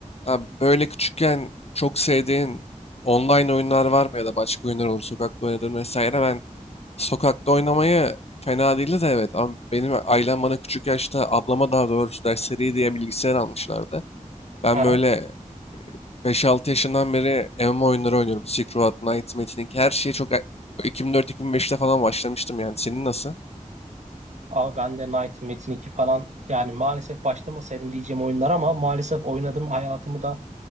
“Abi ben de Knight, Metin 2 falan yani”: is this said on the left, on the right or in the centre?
Right